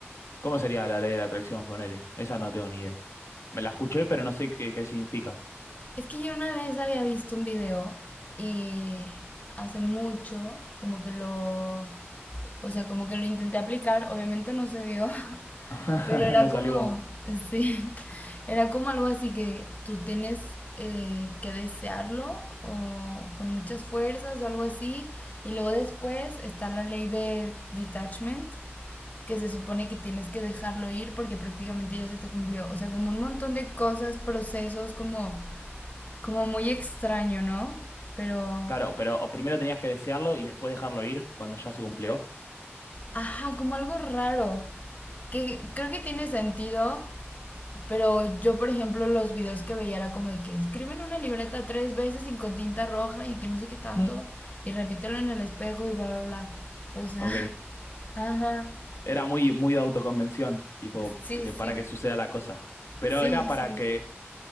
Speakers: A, on the left (about 85°); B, on the left (about 35°).
A: ¿Cómo sería la ley de la atracción, ponele? Esa no tengo ni idea. Me la escuché, pero no sé qué, qué significa.
B: Es que yo una vez había visto un video y hace mucho como que lo, o sea, como que lo intenté aplicar, obviamente no se dio, <laughs>
A: <laughs>
B: Pero era
A: No salió
B: como,
A: como.
B: sí, <laughs> era como algo así que tú tienes eh, que desearlo o con muchas fuerzas o algo así. Y luego después está la ley de detachment, que se supone que tienes que dejarlo ir porque prácticamente ya se te cumplió. O sea, como un montón de cosas, procesos, como, como muy extraño, ¿no? Pero,
A: Claro, pero o primero tenías que desearlo y después dejarlo ir cuando ya se cumplió.
B: ajá, como algo raro que creo que tiene sentido Pero yo, por ejemplo, los videos que veía era como de que escriben una libreta tres veces y con tinta roja y que no sé qué tanto
A: Mm.
B: y repítelo en el espejo y bla, bla, bla. O sea,
A: Ok.
B: <laughs> ajá.
A: Era muy, muy de autoconvención, tipo,
B: Sí,
A: que para
B: sí.
A: que suceda la cosa. Pero
B: Sí,
A: era para
B: sí.
A: que,